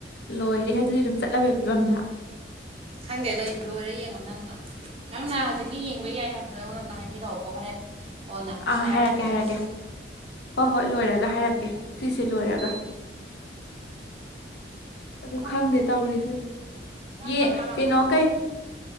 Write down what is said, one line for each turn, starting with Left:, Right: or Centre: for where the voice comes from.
Left: ꯂꯣꯏ ꯑꯗꯨ ꯑꯗꯨꯗꯤ ꯑꯗꯨꯝ ꯆꯠꯂꯕꯩ ꯐꯤꯕꯝ ꯂꯥ
Right: ꯈꯪꯗꯦ ꯑꯗꯨ ꯑꯩ ꯂꯣꯏꯔ ꯌꯦꯡꯉꯣ ꯅꯪꯅ ꯍꯧꯖꯤꯛ ꯃꯤꯌꯦꯡꯕ ꯌꯥꯏ ꯍꯥꯏꯕꯗꯣ ꯑꯩꯉꯣꯟ ꯑꯝꯇ ꯍꯥꯏꯕꯤꯔꯛꯑꯣꯀꯣ ꯍꯣꯔꯦꯟ ꯑꯣꯅꯥ
Left: ꯑꯥ
Right: ꯁꯗꯥ
Left: ꯍꯥꯏꯔꯛꯀꯦ
Right: ꯍꯥꯏꯔꯛꯑꯅꯨ
Left: ꯍꯥꯏꯔꯛꯀꯦ
Right: ꯌꯥꯔꯦ
Left: ꯍꯣꯏ ꯍꯣꯏ ꯂꯣꯏꯔꯒ ꯍꯥꯏꯔꯛꯀꯦ ꯁꯤꯁꯦ ꯂꯣꯏꯔꯒ
Right: ꯑꯣ
Left: ꯑꯗꯨ
Right: ꯍꯣꯏ
Left: ꯈꯪꯗꯦ ꯇꯧꯔꯤꯁꯦ
Right: ꯅꯪ
Left: ꯌꯦ
Right: ꯀꯔꯝ ꯀꯥꯟ ꯂꯥꯛꯇꯣꯏꯅꯣ
Left: ꯀꯩꯩꯅꯣ ꯀꯩ